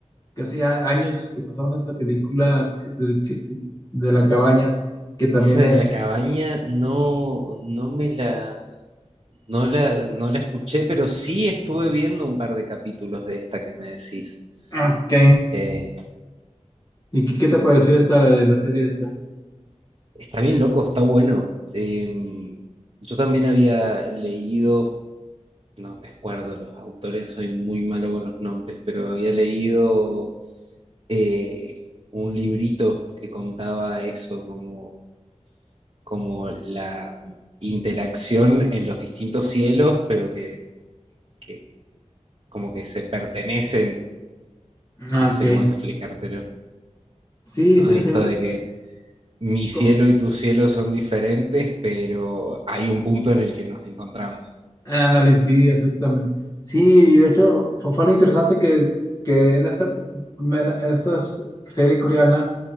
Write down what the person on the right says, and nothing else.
Esa de
la cabaña no, no me la, no la, no la escuché, pero sí estuve viendo un par de capítulos de esta que me decís.
Eh,
está bien loco, está bueno. Em, yo también había leído. No me acuerdo de los autores, soy muy malo con los nombres, pero había leído eh, un librito que contaba eso, como, como la interacción en los distintos cielos, pero que, que como que se pertenecen,
no sé
cómo explicártelo,
¿no?
Esto
de que mi cielo
y tu cielo son diferentes, pero hay un punto en el que nos encontramos.